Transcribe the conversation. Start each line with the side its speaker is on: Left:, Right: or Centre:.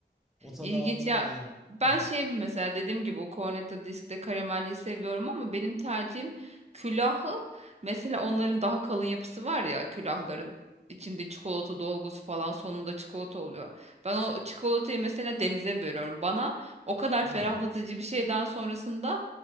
Centre: O tadı
Right: İlginç
Centre: aldığımda
Right: ya.
Centre: iyi.
Right: Ben
Centre: <laughs>
Right: şey mesela dediğim gibi o cornetto diskte karamelliyi seviyorum ama benim tercihim külahı. Mesela onların daha kalın yapısı var ya külahların. içinde çikolata dolgusu falan sonunda çikolata oluyor. Ben o çikolatayı mesela denize veriyorum. Bana o kadar
Centre: Ha,
Right: ferahlatıcı bir şeyden sonrasında